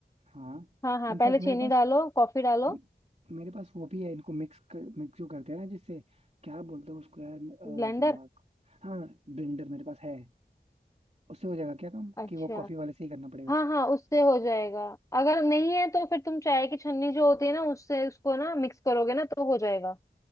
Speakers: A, on the right (about 40°); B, on the left (about 15°).
A: हाँ
B: हाँ हाँ
A: इनफैक्ट
B: पहले चीनी
A: मेरे पास
B: डालो कॉफी डालो
A: म- मेरे पास वो भी है इनको मिक्स कर, मिक्स जो करते हैं ना जिससे क्या बोलते हैं उसको यार अ,
B: ब्लेंडर
A: दिमाग हाँ ब्लेंडर मेरे पास है उससे हो जाएगा क्या काम
B: अच्छा
A: कि वो कॉफी वाले से ही करना पड़ेगा
B: हाँ हाँ उससे हो जाएगा अगर नहीं है तो फिर तुम चाय की छन्नी जो होती है ना उससे उसको ना मिक्स करोगे ना तो हो जाएगा